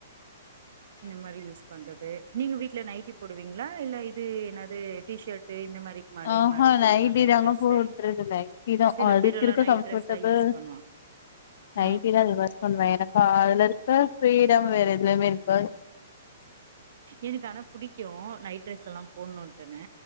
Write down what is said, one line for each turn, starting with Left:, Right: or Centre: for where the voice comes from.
Right: இந்த மாரி யூஸ் பண்றது நீங்க வீட்ல நைட்டி போடுவீங்களா இல்ல இது என்னது டீ ஷர்ட்டு இந்த மாரி மாறி
Left: ஆஹஹா
Right: மாறிடுவீங்களா
Left: நைட்டி
Right: நைட்
Left: தாங்க
Right: ட்ரெஸ்ஸு
Left: போடுறது நைட்டி தா
Right: சில
Left: அதுக்கு
Right: பேரெல்லா
Left: இருக்க
Right: நைட்
Left: கம்ஃபர்ட்டபிள்
Right: ட்ரெஸ்ஸா யூஸ் பண்ணுவா
Left: நைட்டிதா
Right: ம்
Left: ரிவர்ஸ் பண்ணுவே எனக்கு அதுலருக் க்க ஃப்ரீடம் வேற எதுலயுமே இருக்காது
Right: எனக்கு ஆனா புடிக்கு நைட் ட்ரெஸ் எல்லா போடணும்ன்னே